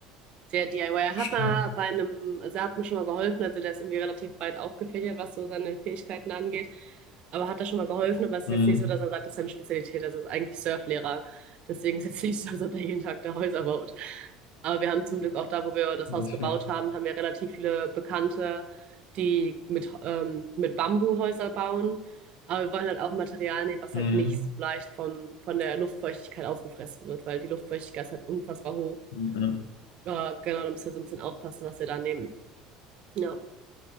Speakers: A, on the right; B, on the left.
A: Der DIYer hat
B: Stark.
A: mal bei einem, also er hat mir schon mal geholfen, also der ist irgendwie relativ breit aufgefächert, was so seine Fähigkeiten angeht. Aber hat er schon mal geholfen, aber es ist
B: Mhm.
A: jetzt nicht so, dass er sagt, das ist seine Spezialität, das ist eigentlich Surflehrer. Deswegen ist jetzt nicht so, als ob der jeden Tag da Häuser baut. Aber wir haben zum Glück auch da, wo wir das
B: Ja,
A: Haus gebaut
B: fair.
A: haben, haben wir relativ viele Bekannte, die mit, ähm, mit Bambuhäuser bauen. Aber wir wollen halt auch Material nehmen, was
B: Mhm.
A: halt nicht so leicht vom, von der Luftfeuchtigkeit aufgefressen wird, weil die Luftfeuchtigkeit ist halt unfassbar hoch.
B: Ja,
A: Ja, genau, da müsst ihr so ein bisschen aufpassen, was ihr da nehmt. Ja,